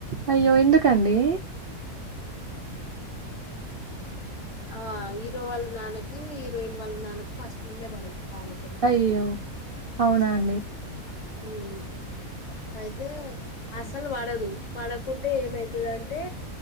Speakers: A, on the right; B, on the left.
A: అయ్యో ఎందుకండి
B: ఆ హీరో వాళ్ళ నాన్నకి హీరోయిన్ వాళ్ళ నాన్నకు ఫస్ట్ నుండే పడదు ఆ లెక్కనె
A: అయ్యో అవునా
B: ఇస్తాను
A: అండి
B: ఉమ్ అయితే అస్సలు పడదు పడకుంటే ఏమైతదంటే